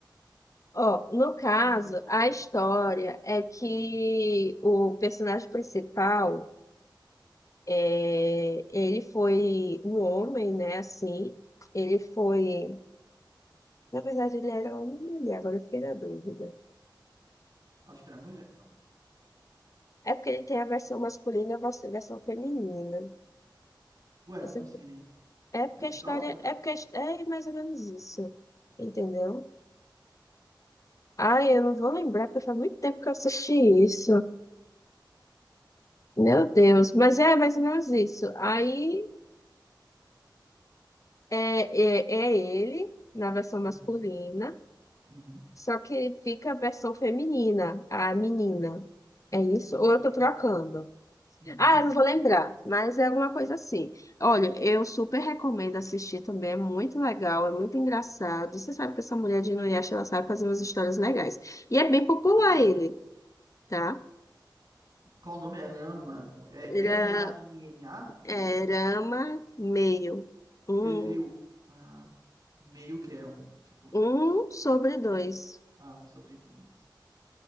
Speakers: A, on the left; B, on the right.
A: Ó, no caso,
B: Ai, abaixo
A: a
B: dele.
A: história é que
B: Hum.
A: o personagem principal, é, ele foi um homem, né? Assim, ele foi. Na verdade, ele era um mulher, agora eu fiquei na dúvida.
B: Acho que era mulher, não?
A: É porque ele tem a versão masculina e a vers- versão feminina.
B: Ué,
A: Eu
B: como
A: sempre-
B: assim? Ele,
A: É porque
B: ele
A: a história.
B: troca?
A: É porque a his- é mais ou menos isso. Entendeu? Ai, eu não vou lembrar, porque faz muito tempo que eu assisti isso. Meu Deus, mas é mais ou menos isso. Aí É, é, é ele na versão masculina,
B: Uhum. Uhum.
A: só que fica a versão feminina, a menina. É isso?
B: Menine.
A: Ou eu tô trocando?
B: Uhum.
A: Ah, eu não vou lembrar, mas é alguma coisa assim. Olha, eu super recomendo assistir também, é muito legal, é muito engraçado. E Você sabe que essa mulher de Inuyasha, ela sabe fazer umas histórias legais. E é bem popular
B: Sabe mesmo.
A: ele, tá?
B: Qual o nome? É Rama. Com... É
A: Era,
B: R-A-N-M-A? É
A: é,
B: isso?
A: Rama meio. Um,
B: Ele veio. Ah, meio que é um. Tipo.
A: um sobre dois.
B: Ah, um sobre dois.